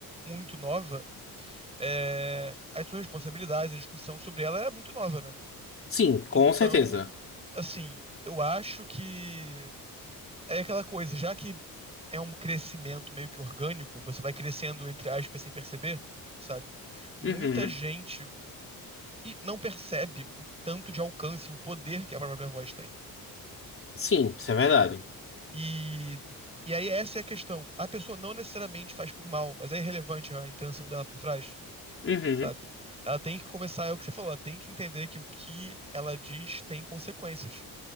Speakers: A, on the right (about 15°); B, on the left (about 35°).
A: muito nova, é, as suas responsabilidades, a discussão sobre ela é muito nova, né?
B: Sim, com
A: Então,
B: certeza.
A: assim, eu acho que é aquela coisa, já que é um crescimento meio que orgânico, você vai crescendo entre aspas sem perceber, sabe? Muita
B: Uhum,
A: gente. e não percebe o tanto de alcance, o poder que a própria voz tem.
B: sim, isso é verdade.
A: entendeu? E, e aí essa é a questão. A pessoa não necessariamente faz por mal, mas é irrelevante a intenção dela por trás,
B: Uhum,
A: sabe? Ela tem que começar, é o que você falou, ela tem que entender que o que ela diz tem consequências.